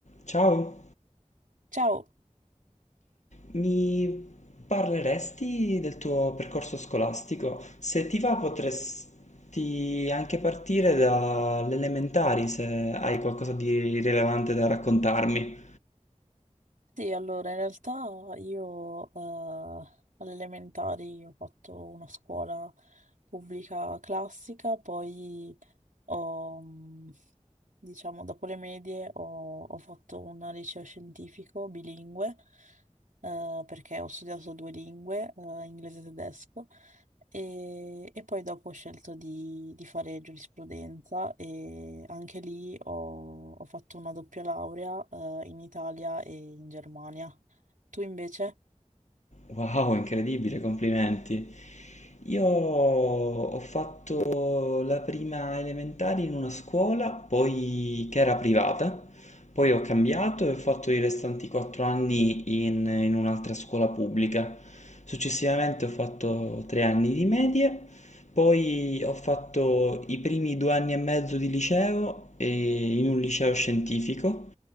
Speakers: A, on the left; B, on the right.
A: Ciao,
B: Ciao,
A: mi parleresti del tuo percorso scolastico? Se ti va, potresti anche partire dalle elementari se hai qualcosa di rilevante da raccontarmi.
B: sì, allora in realtà io eh, alle elementari ho fatto una scuola pubblica classica, poi ho, mh, diciamo, dopo le medie ho, ho fatto un liceo scientifico bilingue eh, perché ho studiato due lingue, eh, inglese e tedesco. E, e poi dopo ho scelto di, di fare giurisprudenza e anche lì ho, ho fatto una doppia laurea eh, in Italia e in Germania. Tu invece?
A: Wow, incredibile, complimenti. Io ho fatto la prima elementare in una scuola, poi che era privata, poi ho cambiato e ho fatto i restanti quattro anni in, in un'altra scuola pubblica. Successivamente ho fatto tre anni di medie poi ho fatto i primi due anni e mezzo di liceo e in un liceo scientifico,